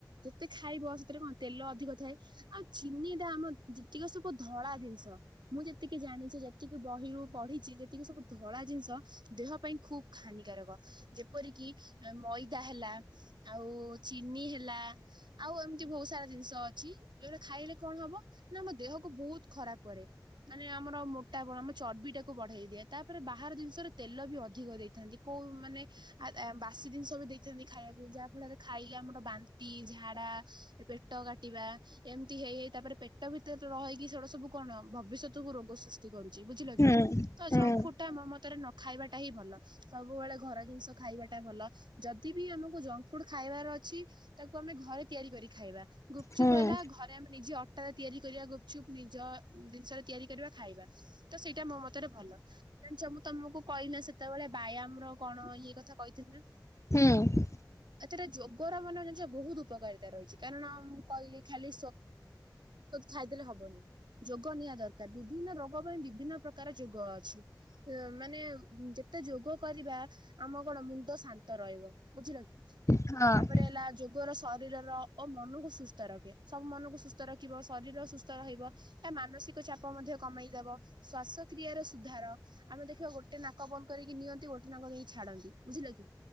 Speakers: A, on the right (about 85°); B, on the left (about 40°).
A: ଯେତେ ଖାଇବ ସେଥିରେ କଣ ତେଲ ଅଧିକ ଥାଏ ଆଉ ଚିନିଟା ଆମ ଯେତିକି ସବୁ ଧଳା ଜିନିଷ, ମୁଁ ଯେତିକି ଜାଣିଛି ଯେତିକି ବହିରୁ ପଢିଛି, ଯେତିକି ସବୁ ଧଳା ଜିନିଷ, ଦେହ ପାଇଁ ଖୁବ୍ ହାନି ଯେପରିକି ମଇଦା ହେଲା ଆଉ ଚିନି ହେଲା ଆଉ ଏମିତି ବହୁତ ସାରା ଜିନିଷ ଅଛି ଯଉଟା ଖାଇଲେ କଣ ହବ ନା ଆମ ଦେହକୁ ବହୁତ ଖରାପ କରେ ମାନେ ଆମର ମୋଟାପଣ ଆମ ଚର୍ବି ଟାକୁ ବଢେଇ ଦିଏ ତାପରେ ବାହାର ଜିନିଷରେ ତେଲ ବି ଅଧିକ ଦେଇଥାନ୍ତି । କୋଉ ମାନେ ବାସି ଜିନିଷ ବି ଦେଇଥାନ୍ତି ଖାଇବାକୁ ଯାହା ଫଳରେ ଖାଇଲେ ଆମର ବାନ୍ତି ଝାଡା ପେଟ କାଟିବା ଏମିତି ହେଇ ହେଇ ତାପରେ ପେଟ ଭିତରେ ରହିକି ସେଟା ସବୁ କଣ ଭବିଷ୍ୟତକୁୁ ରୋଗ ସୃଷ୍ଟି କରୁଛି। ବୁଝିଲ
B: ହୁଁ
A: କି? ତ
B: ହୁଁ
A: ଜଫୁ ଟା ମୋ ମତରେ ଖାଇବାଟା ହିଁ ଭଲ। ସବୁବେଳେ ଘର ଜିନିଷ ଖାଇବାଟା ଭଲ ଯଦି ବି ଆମକୁ ଜଙ୍କ ଫୁଡ ଖାଇବାର ଅଛି ତାକୁ ଆମେ ଘରେ ତିଆରି କରି ଖାଇବା ଗୁପଚୁପ୍
B: ହୁଁ
A: ହେଲା ଘରେ ଆମେ ନିଜେ ଅଟାରେ ତିଆରି କରିବା ଗୁପଚୁପ, ନିଜ ଜିନିଷରେ ତିଆରି କରିବା ଖାଇବା ତ ସେଇଟା ମୋ ମତରେ ଭଲ, ମୁଁ ତମକୁ କହିଲି ନା ସେତେବେଳେ ବ୍ୟାୟାମର କଣ ଇ କଥା କହିଥିଲେ ନା
B: ହୁଁ
A: ଏତଟା ଯୋଗର ମାନେ ଜ ବହୁତ ଉପକାରିତା ରହିଛି କାରଣ ମୁଁ କହିଲି ଖାଲି ଖାଇଦେଲେ ହବନି ଯୋଗ ନିହାତି ଦରକାର ବିଭିନ୍ନ ରୋଗ ପାଇଁ ବିଭିନ୍ନ ପ୍ରକାର ଯୋଗ ଅଛି ମାନେ ଏତେ ଯୋଗ କରିବା ଆମ କଣ ମୁଣ୍ଡ ଶାନ୍ତ ରହିବ ବୁଝିଲ।
B: ହଁ ହଁ
A: ତାପରେ ହେଲା ଯୋ ରୋଗର ଶରୀରର ଓ ମନକୁ ସୁସ୍ଥ ରଖେ ସବୁ ମନକୁ ସୁସ୍ଥ ରଖିବ ଶରୀର ସୁସ୍ଥ ରହିବ ଏହା ମାନସିକ ଚାପ ମଧ୍ୟ କମେଇଦବ ଶ୍ୱାସକ୍ର୍ରିୟାରେ ସୁଧାର ଆମେ ଦେଖିବା ଗୋଟେ ନାକବନ୍ଦ କରିକି ନିଅନ୍ତି ଗୋଠନା କରିକି ଛାଡନ୍ତି ବୁଝିଲ କି